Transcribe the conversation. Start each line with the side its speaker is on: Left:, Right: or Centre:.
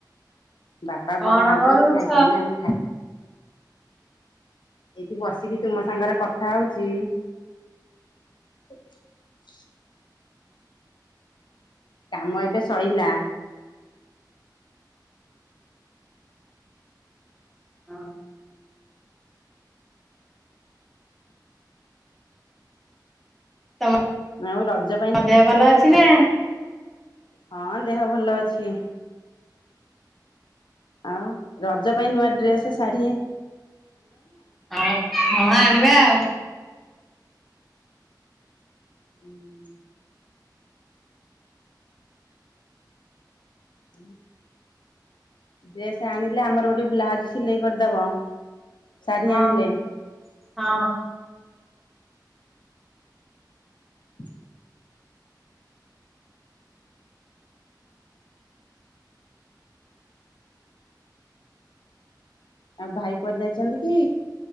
Left: ବାପା
Centre: କଣ
Left: ବୋଉ ଖାଉଛନ୍ତି
Centre: କରୁଛ?
Left: ଖାଇସାଇନେ ଆମେ ଖାଇ ଏଇଠି ବସିକି ତୁମ ସାଙ୍ଗରେ କଥା ହଉଚି। <unintelligible> କାମ ଏବେ ସଇଲା।
Centre: ହଁ। ତମ
Left: ଆଉ ରଜ ପାଇଁ <unintelligible>
Centre: ଦେହ ଭଲ ଅଛି ନା?
Left: ହଁ ଦେହ ଭଲ ଅଛି। ଆଉ ରଜ ପାଇଁ ନୂଆ ଡ୍ରେସ ଶାଢ଼ୀ
Centre: ଆଉ ହଁ ଆଣିବା ଆଉ।
Left: ହୁଁ। ହୁଁ। ଡ୍ରେସ ଆଣିଲେ ଆମର ଗୋଟେ ବ୍ଲାଉଜ ସିଲେଇ କରିଦବ। ଶାଢ଼ୀ
Centre: ହଁ
Left: ଆଣିଲେ।
Centre: ହଁ
Left: <inaudible> ଆଉ ଭାଇ କୁଆଡ଼େ ଯାଇଛନ୍ତି କି?